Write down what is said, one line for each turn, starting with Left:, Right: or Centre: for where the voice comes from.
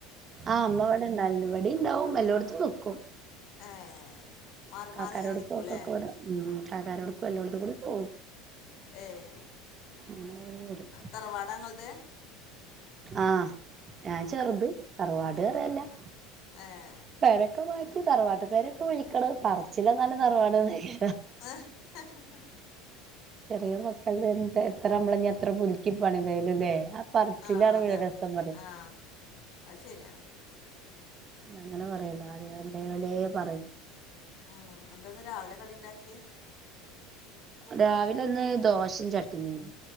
Right: ആഹ് അമ്മ ഇവിടെണ്ടാവലുണ്ട് ഇവിടെ ഇണ്ടാവും എല്ലോടത്തും നിക്കും.
Left: ഏഹ് മാറി
Right: കാക്കാരോട്ക്കും
Left: മാറി ഇങ്ങനെ നിൽകൂല്ലേ?
Right: ഒക്കെക്കും ഉം താത്തരോടുക്കും എല്ലോടതുകുടിം പോവും-
Left: ഏഹ്
Right: അങ്ങനെ പോയി വരും
Left: തറവാട ഇങ്ങളദ്-
Right: ആഹ് ഞാൻ ചെറുത് തറവാട് പറയാൻ ല്ലേ-
Left: ഏഹ്.
Right: പേരൊക്കെ മാറ്റി തറവാട്ട് പേരൊക്കെ പൊയ്ക്കണ് പറച്ചില് ന്നാലും തറവാട് ന്നയ്
Left: ആഏഹ്
Right: ചെറിയ മക്കള എന്താ എത്ര നമ്മള എത്ര പുതുക്കി പണിതലുംല്ലേ? പറച്ചിലാണ്
Left: ആ അതാണ്
Right: ലെ രസം പറ
Left: ആ അത് ശരിയാണ്
Right: അങ്ങനെ പറയല്ലോ ആദ്യ എല്ലേല പറയ്-
Left: ഉം എന്താന്ന് രാവിലെ കടിണ്ടാക്കിയെ?
Right: രാവിലന്ന് ദോശയും ചട്നിം.